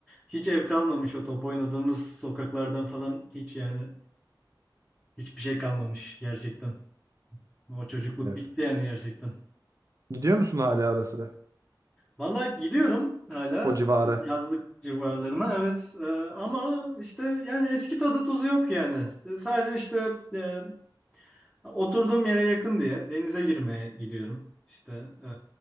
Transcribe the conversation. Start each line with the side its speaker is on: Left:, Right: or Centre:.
Centre: Hiç ev kalmamış o top oynadığımız sokaklardan falan hiç yani hiçbir şey kalmamış gerçekten. O çocukluk
Right: Evet.
Centre: bitti yani gerçekten.
Right: Gidiyor musun hala ara sıra?
Centre: Valla gidiyorum hala
Right: O civara.
Centre: e, yazlık civarlarına evet E, ama işte yani eski tadı tuzu yok yani. E, Sadece işte e, oturduğum yere yakın diye denize girmeye gidiyorum. İşte e,